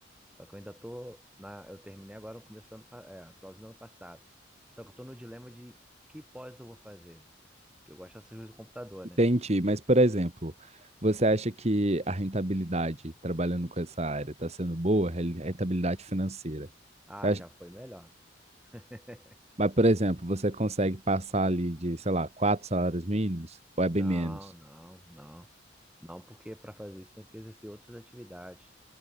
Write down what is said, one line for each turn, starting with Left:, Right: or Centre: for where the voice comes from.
Centre: Só que eu ainda tô na... Eu terminei agora no começo do ano... pa- É, no finalzinho do ano passado. Só que eu tô no dilema de que pós eu vou fazer. que eu gosto dessas coisas do computador,
Right: Entendi,
Centre: né?
Right: mas por exemplo, você acha que a rentabilidade trabalhando com essa área está sendo boa, Re- rentabilidade financeira?
Centre: Ah,
Right: Você acha-
Centre: já foi melhor. <laughs>
Right: Mas, por exemplo, você consegue passar ali de, sei lá, quatro salários mínimos ou é
Centre: Não,
Right: bem menos?
Centre: não, não. Não, porque para fazer isso tem que exercer outras atividades.